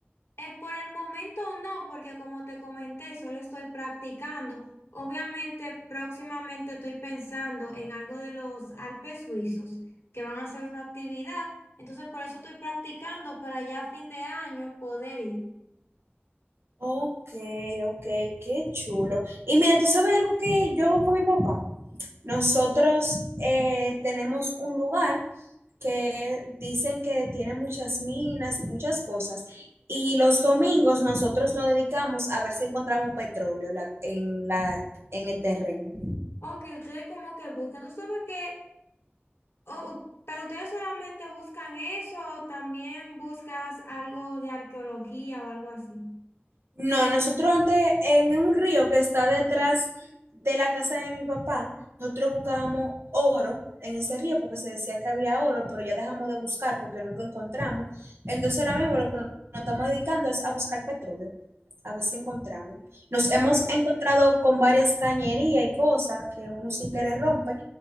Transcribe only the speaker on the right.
Ok, ok, qué chulo. Y mira, ¿tú sabes algo que yo hago con mi papá? Nosotros eh, tenemos un lugar que dicen que tiene muchas minas y muchas cosas. Y los domingos nosotros nos dedicamos a ver si encontramos petróleo la- en, la, en el terreno.
No, nosotros antes en un río que está detrás de la casa de mi papá, nosotros buscábamos oro en ese río porque se decía que había oro, pero ya dejamos de buscar porque nunca encontramos. Entonces ahora mismo lo que nos estamos dedicando es a buscar petróleo, a ver si encontramos. Nos hemos
encontrado con varias cañerías y cosas que uno sin querer rompe,